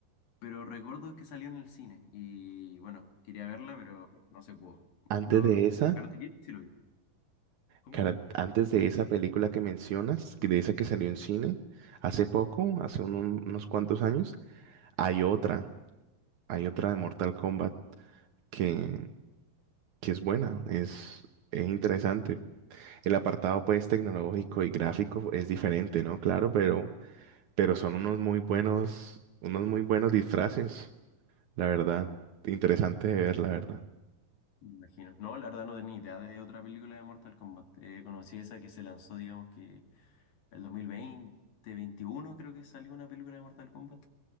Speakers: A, on the left; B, on the right.
A: Pero recuerdo que salió en el cine y bueno, quería verla, pero no se pudo.
B: Antes
A: Lo...
B: de esa,
A: Karate Kid sí lo vi. ¿Cómo?
B: cara- antes de esa película que mencionas, que de esa que salió en cine, hace poco, hace un- unos cuantos años, hay otra, hay otra de Mortal Kombat que, que es buena, es, es interesante.
A: Sí,
B: El apartado, pues, tecnológico y gráfico es diferente, ¿no? Claro, pero, pero son unos muy buenos, unos muy buenos disfraces, la verdad. Interesante de ver, la verdad.
A: me imagino. No, la verdad no tenía idea de otra película de Mortal Kombat. Eh, conocí esa que se lanzó, digamos que el 2020, 21 creo que salió una película de Mortal Kombat,